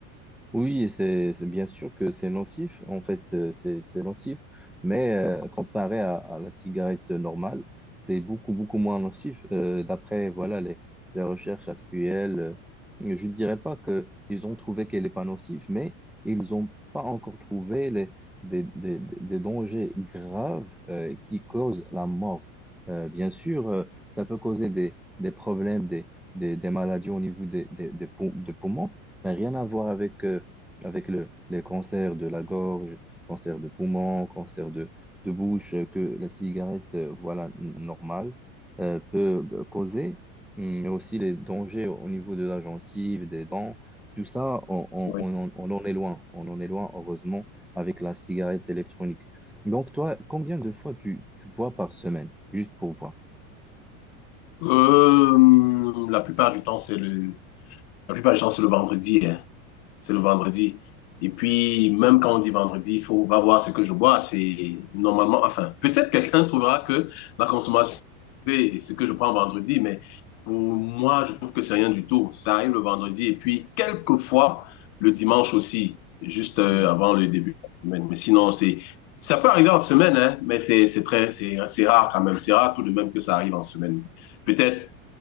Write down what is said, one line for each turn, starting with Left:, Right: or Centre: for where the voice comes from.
Centre: Oui, c'est c'est bien sûr que c'est nocif, en fait, euh, c'est c'est nocif, mais euh, comparé à, à la cigarette normale, c'est beaucoup, beaucoup moins nocif. Euh, d'après, voilà, les, les recherches actuelles, euh, je ne dirais pas que ils ont trouvé qu'elle n'est pas nocive, mais ils n'ont pas encore trouvé les, des, des, des- des dangers graves euh, qui causent la mort. Euh, bien sûr, euh, ça peut causer des, des problèmes, des, des, des maladies au niveau des, des, des, pou- des poumons, mais rien à voir avec... euh, avec le, les cancers de la gorge, cancer de poumon, cancer de, de bouche, euh, que la cigarette, euh, voilà, n- normale, euh, peut g- causer, Hum, mais aussi les dangers au niveau de la gencive, des dents, tout ça, on, on,
Left: Oui.
Centre: on, en on en est loin, on en est loin, heureusement, avec la cigarette électronique. Donc, toi, combien de fois tu, tu bois par semaine, juste pour voir?
Left: Euh, la plupart du temps, c'est le, la plupart du temps, c'est le vendredi, hein. C'est le vendredi. Et puis, même quand on dit vendredi, il faut va voir ce que je bois. C'est normalement, enfin, peut-être quelqu'un trouvera que la consommation, c'est ce que je prends vendredi, mais pour moi, je trouve que c'est rien du tout. Ça arrive le vendredi et puis quelquefois le dimanche aussi, juste euh,
Centre: Mhm.
Left: avant le début de la semaine. Mais sinon, c'est, ça peut arriver en semaine, hein, mais c'est c'est très, c'est c'est rare quand même. C'est rare tout de même que ça arrive en semaine. Peut-être